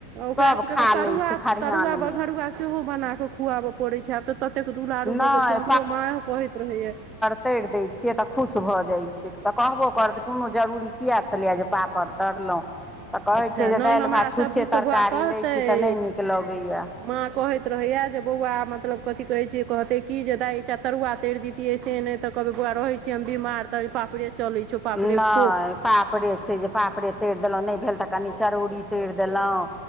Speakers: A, on the right; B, in the centre.
A: ओकरा
B: सब
A: सबके
B: खा
A: तऽ तरुआ
B: लैय छैय खरिहान
A: तरुआ बघरुआ
B: मे।
A: सेहो बना के खुआवऽ पड़ै छैय आब तऽ ततेक दुलारू
B: नहि
A: भऽ गेल छैय हमरो मां वो कहैत रहैया
B: तैर दैय छियै तऽ खुश भऽ जाइत छैय तऽ कहबो करतै कोनो जरूरी किया छलैया जे पा। पड़ तड़लहु। तऽ कहैत
A: अच्छा
B: छैय जे
A: नहि
B: दाइल
A: हमरा
B: भात छुच्छे
A: सब दिस
B: तरकारी
A: तऽ बौआ कहतै
B: दैत छी तऽ नहि नीक लगैया
A: माँ कहैत रहैया जे बौआ मतलब कथी कहतै की जे दााय एकटा तरुआ तर दितियै से ने। तऽ कहबै बौआ रहै छियै हम बीमार तऽ पापड़े चलै छौ पापड़े
B: नहि
A: खो।
B: पापड़े छै जे पापड़े तैर देलहुँ नहि भेल तऽ कनि चरौरी तैर देलहुँ